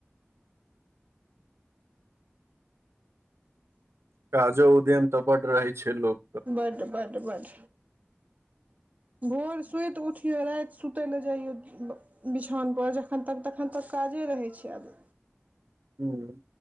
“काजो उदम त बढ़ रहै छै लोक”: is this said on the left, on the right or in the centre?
Right